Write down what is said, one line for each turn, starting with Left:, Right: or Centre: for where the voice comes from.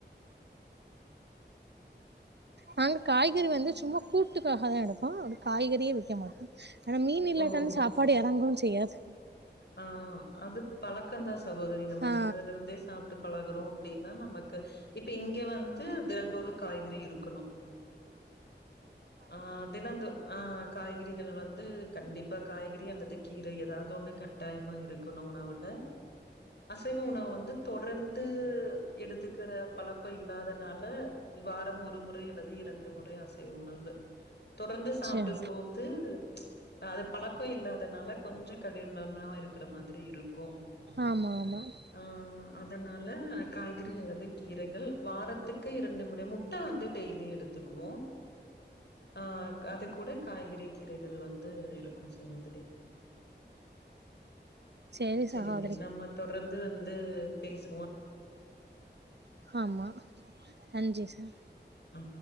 Right: நாங்க காய்கறி வந்து சும்மா கூட்டுக்காகதா எடுப்போ அ காய்கறியே வெக்க மாட்டோ ஆனா மீன் இல்லாட்டாலு
Left: ஓ
Right: சாப்பாடு எறங்கவு செய் யாது
Left: ஆ அது பழக்கந்தா சகோதரி நம்ம
Right: ஆ
Left: சின்னதுல இருந்தே சாப்ட்டு பழகறோ அப்டி னா நமக்கு இப்ப இங்க வந்து தினந்தோறு காய்கறி இருக்கணு ஆ தினந்தோ ஆ காய்கறிகள் வந்து கண்டிப்பா காய்கறி அல்லது கீரை எதாவுது ஒண்ணு கட் டாயமா இருக்கணு உணவுல அசைவ உணவு வந்து தொடர்ந்து எடுத்துக்கற பழக்க இல்லாதனால வாரம் ஒரு முறை அல்லது இரண்டு முறை அசை வ உணவு தொடர்ந்து சாப்டும்
Right: சரி
Left: போது அது பழக்க இல்லாதனால கொஞ்ச கடினம் மா இருக்கிற மாதிரி இருக்கு,
Right: ஆமாம் ஆமாம்
Left: ஆ அதனால காய்கறி அல்லது கீரைகள் வாரத்துக்கு இரண்டு முறை முட்ட வந்து டெய்லி எடுத்துக்குவோ, ஆ அது கூட காய்கறி கீரைகள் வந்து எ <unintelligible>
Right: சேரி
Left: செரிங்க
Right: சகோதரி
Left: நம்ம தொடர்ந் து வந்து பேசு
Right: ஆமா நன்றி சார்
Left: ஆ